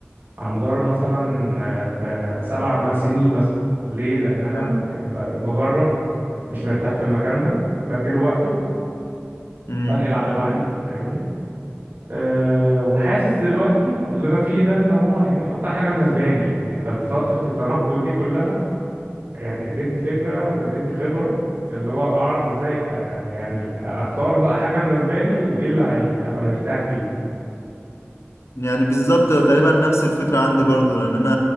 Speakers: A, on the right (about 50°); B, on the left (about 85°).
A: على مدار مثلا آه، آه، سبع م- سنين مثلا ليه لان انا
B: فاهم؟
A: ب- بجرب مش مرتاح في المكان ده بديله وقته
B: مم.
A: بنقل على اللي
B: مم.
A: بعديه فاهمني أه وحاسس دلوقتي اللي انا فيه ده ان هو يعني اكتر حاجه مناسباني يعني ففتره التنقل دي كلها يعني ادتني فكره وادتني خبره اللي هو اعرف ازاي آه، يعني اختار بقى حاجه مناسباني وايه اللي هي- هبقى مرتاح فيه
B: يعني بالظبط غالبا نفس الفكرة عندي برضو لان انا